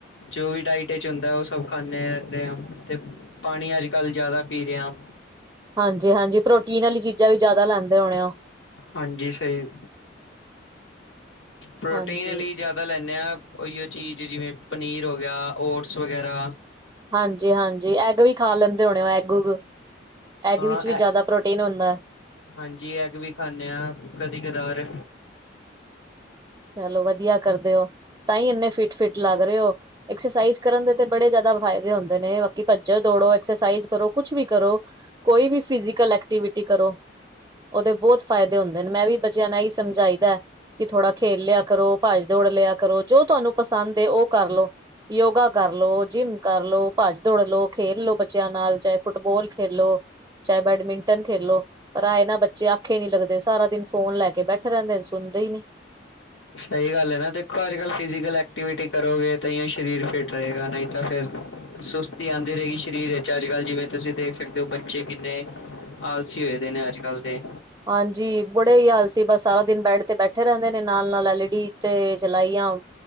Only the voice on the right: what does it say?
ਹਾਂਜੀ- ਹਾਂਜੀ, ਪ੍ਰੋਟੀਨ ਵਾਲੀ ਚੀਜ਼ਾਂ ਵੀ ਜ਼ਿਆਦਾ ਲੈਂਦੇ ਹੋਣੇ ਉਹ।
ਹਾਂਜੀ।
ਹਾਂਜੀ, ਹਾਂਜੀ ਐਗ ਵੀ ਖਾ ਲੈਂਦੇ ਹੋਣੇਓ। ਐਗ ਉਗ ਐਗ
ਵਿੱਚ ਵੀ ਜ਼ਿਆਦਾ
ਪ੍ਰੋਟੀਨ ਹੁੰਦਾ।
ਚਲੋ ਵਧੀਆ ਕਰਦੇ ਹੋ। ਤਾਂਹੀ ਇੰਨੇ ਫਿਟ- ਫਟ ਲੱਗ ਰਹੇ ਹੋ। ਐਕਸਰਸਾਈਜ਼ ਕਰਨ ਦੇ ਬੜੇ ਜ਼ਿਆਦਾ ਫਾਇਦੇ ਹੁੰਦੇ ਨੇ। ਬਾਕੀ ਭੱਜੋ, ਦੌੜੋ, ਐਕਸਰਸਾਈਜ ਕਰੋ ਕੁਛ ਵੀ ਕਰੋ। ਕੋਈ ਵੀ ਫਿਜ਼ਕਲ ਐਕਟੀਵਿਟੀ ਕਰੋ। ਉਹਦੇ ਬਹੁਤ ਫਾਇਦੇ ਹੁੰਦੇ ਨੇ। ਮੈਂ ਵੀ ਬੱਚਿਆਂ ਨਾਲ ਇਹੀ ਸਮਝ ਚਾਹੀਦਾ ਕਿ ਥੋੜਾ ਖੇਲ ਲਿਆ ਕਰੋ ਭੱਜ ਦੌੜ ਲਿਆ ਕਰੋ ਜੋ ਤੁਹਾਨੂੰ ਪਸੰਦ ਉਹ ਕਰ ਲੋ। ਯੋਗਾ ਕਰ ਲੋ, ਜਿੰਮ ਕਰ ਲੋ, ਭੱਜ ਦੌੜ ਲ ਲੋ, ਖੇਲ ਲੋ ਬੱਚਿਆਂ ਨਾਲ, ਚਾਹੇ ਫੁੱਟਬੋਲ ਖੇਲੋ ਚਾਹੇ ਬੈਡਮਿੰਟਨ ਖੇਲਲੋ। ਪਰ ਆਏ ਨਾ ਬੱਚੇ ਆਖੇ ਨੀ ਲੱਗਦੇ। ਸਾਰਾ ਦਿਨ ਫੋਨ ਲੈ ਕੇ ਬੈਠੇ ਰਹਿੰਦੇ ਸੁਣਦੇ ਹੀ ਨੀ।
ਹਾਂਜੀ ਬੜੇ ਹੀ ਆਲਸੀ ਬਸ ਸਾਰਾ ਦਿਨ ਬੈਡ ਤੇ ਬੈਠੇ ਰਹਿੰਦੇ ਨੇ, ਨਾਲ ਨਾਲ ਐਲਈ ਡੀ ਤੇ ਚਲਾਈ ਆ